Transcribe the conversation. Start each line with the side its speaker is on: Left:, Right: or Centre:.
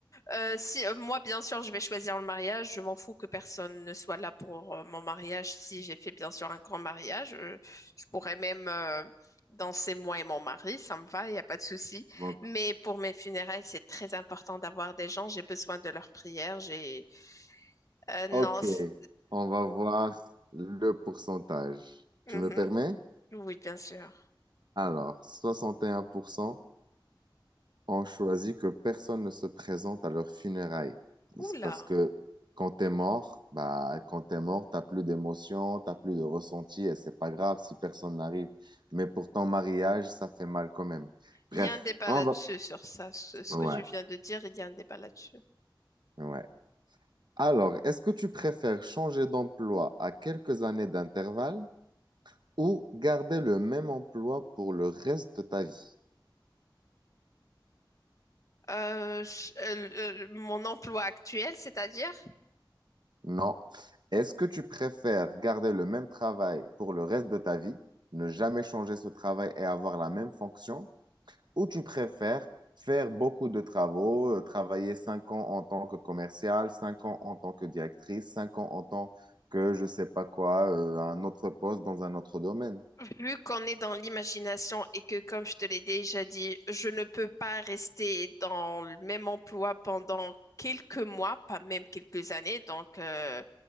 Left: Euh, si, euh, moi, bien sûr, je vais choisir le mariage. Je m'en fous que personne ne soit là pour euh, mon mariage. Si j'ai fait, bien sûr, un grand mariage, euh, je pourrais même euh, danser moi et mon mari. Ça me va, il n'y a pas de souci.
Right: Donc,
Left: Mais pour mes funérailles, c'est très important d'avoir des gens. J'ai besoin de leurs prières. J'ai... euh, non.
Right: ok,
Left: c'est-
Right: on va voir le pourcentage. Tu
Left: euh,
Right: me
Left: euh,
Right: permets?
Left: mhm. Oui, bien sûr.
Right: Alors, soixante et un pour cent. ont choisi que personne ne se présente à leurs funérailles. C'est
Left: Oula.
Right: Parce que quand t'es mort, bah, quand t'es mort, t'as plus d'émotion, t'as plus de ressenti et c'est pas grave si personne n'arrive. Mais pour ton mariage, ça fait mal quand même. Bref,
Left: Il y a un débat
Right: on
Left: là-dessus
Right: va...
Left: sur ça. Ce, ce
Right: Ouais,
Left: que tu viens de dire, il y a un débat là-dessus.
Right: ouais. Alors, est-ce que tu préfères changer d'emploi à quelques années d'intervalle ou garder le même emploi pour le reste de ta vie?
Left: Euh, je- euh, le- euh, mon emploi actuel, c'est-à-dire?
Right: Non. Est-ce que tu préfères garder le même travail pour le reste de ta vie, ne jamais changer ce travail et avoir la même fonction, ou tu préfères faire beaucoup de travaux, euh, travailler cinq ans en tant que commercial, cinq ans en tant que directrice, cinq ans en tant que je sais pas quoi, euh, un autre poste dans un autre domaine?
Left: Vu qu'on est dans l'imagination et que, comme je te l'ai déjà dit, je ne peux pas rester dans le même emploi pendant quelques mois, pas même quelques années. Donc, euh,